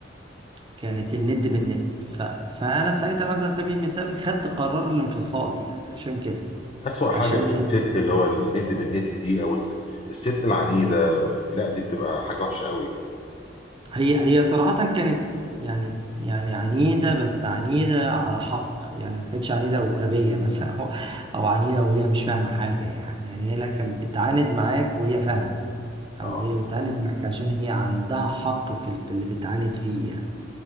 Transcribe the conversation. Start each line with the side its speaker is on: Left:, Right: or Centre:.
Right: كانت الند بالند ف... فأنا ساعتها مثلا على سبيل المثال خدت قرار الانفصال يعني عشان كده
Left: أسوأ حاجة
Right: عشان
Left: في الست اللي هو الند بالند دي أو ال- الست العنيدة لا دي بتبقى حاجة وحشة قوي يعني.
Right: هي هي صراحة كانت يعني يعني عنيدة بس عنيدة على حق يعني ما كانتش عنيدة وغبية مثلا أو أو عنيدة وهي مش فاهمة حاجة يعني يعني هي لا كانت بتعاند معاك وهي فاهمة
Left: اه
Right: او هي بتعاند معاك عشان هي عندها حق في ال- في اللي بتعاند فيه يعني